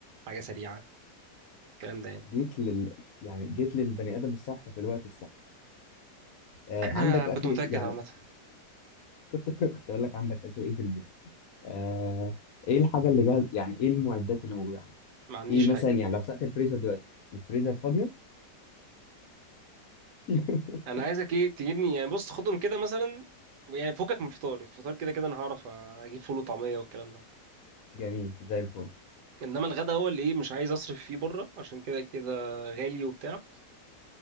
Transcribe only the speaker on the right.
حاجه سريعه الكلام ده يعني
<clears throat>
<laughs> انا
كنت
متاكد
عامه
ما عنديش
حاجه
انا عايزك ايه تجيبني يعني بص خدهم كده مثلا يعني فكك من الفطار الفطار كده كده انا هعرف اجيب فول وطعميه والكلام ده
انما الغدا هو اللي ايه مش عايز اصرف فيه بره عشان كده كده غالي وبتاع